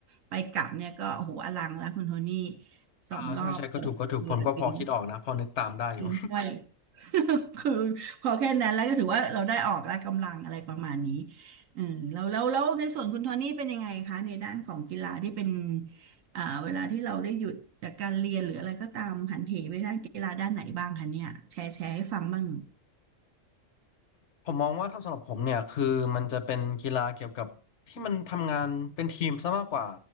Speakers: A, on the right; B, on the left.
A: ไปกลับเนี่ยก็โอ้โหอลังแล้วคุณโทนี่สองรอบจเกิดลิ้น
B: อ่าใช่ใช่ก็ถูกก็ถูกผมก็พอคิดออกนะพอนึกตามได้อยู่
A: ลิ้นห้อย <laughs> คือพอแค่นั้นแล้วก็ถือว่าเราได้ออกแล้วกำลังอะไรประมาณนี้เออแล้วแล้วแล้วในส่วนคุณโทนี่เป็นยังไงคะในด้านของกีฬาที่เป็นอ่าเวลาที่เราได้หยุดจากการเรียนหรืออะไรก็ตามหันเหไปด้านกีฬาด้านไหนบ้างคะเนี่ยแชร์แชร์ให้ฟังบ้าง
B: ผมมองว่าถ้าสำหรับผมเนี่ยคือมันจะเป็นกีฬาเกี่ยวกับที่มันทำงานเป็นทีมซะมากกว่า